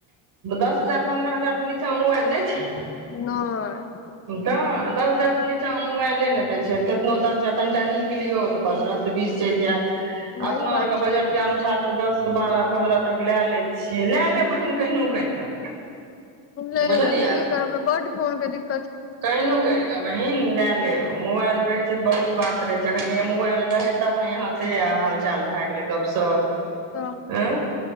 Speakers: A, on the right; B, on the left.
A: दस हजार पंन्द्रह हजार से नीचा मे मोबाइल दै छै
B: नहि
A: त दस हजार से नीचामे मोबाइले नहि दै छै केतनो दस हजार कनिटा निक लियौ तऽ पन्द्रह त बीस चलि जायत
B: वही
A: अपना
B: बात
A: आरके
B: छै
A: बजटके अनुसार तऽ दस बारह पन्द्रह तक लए लै छियै लए लेब बहिन केहनो करि कऽ
B: लए
A: बुझलियै
B: लेबै की करबै बड्ड फोन क दि
A: कहिनो करिके वहीं न लए लेब मोबाइल रहे छै त बहुत बात रहे छै अखन इहै मोबाइल रहे तब ने यहां स सएह हाल चाल भए गेलै गपशप
B: तऽ
A: एँ